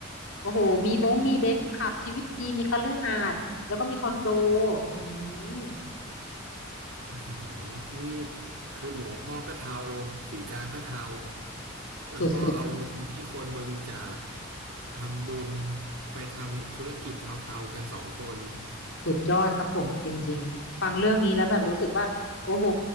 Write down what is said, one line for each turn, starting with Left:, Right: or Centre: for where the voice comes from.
Left: โอ้โหมีบงมีเบนซ์ขับชีวิตดีมีคฤหาสน์แล้วก็มีคอนโดหืม
Right: อือหือนี่คือหลวงพ่อก็เทาสีกาก็เทาแล้วก็เอาเงินที่คนบริจาค
Left: สุดๆ
Right: ทำบุญไปทำธุรกิจเทาๆกันสองคน
Left: สุดยอดครับผมจริงๆฟังเรื่องนี้แล้วแบบรู้สึกว่าโอ้โห